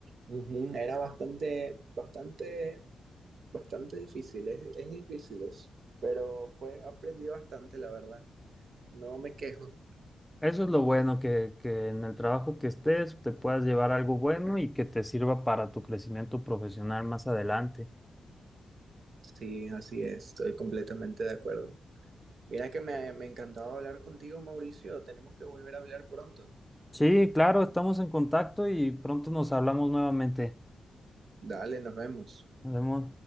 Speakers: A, on the right; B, in the centre.
A: ujú, era bastante, bastante, bastante difícil, es, es difícil eso, pero fue, aprendí bastante, la verdad. No me quejo.
B: Eso es lo bueno, que, que en el trabajo que estés te puedas llevar algo bueno y que te sirva para tu crecimiento profesional más adelante.
A: Sí, así es, estoy completamente de acuerdo. Mira que me, me encantaba hablar contigo, Mauricio. Tenemos que volver a hablar pronto.
B: Sí, claro, estamos en contacto y pronto nos hablamos nuevamente.
A: Dale, nos vemos.
B: Nos vemos.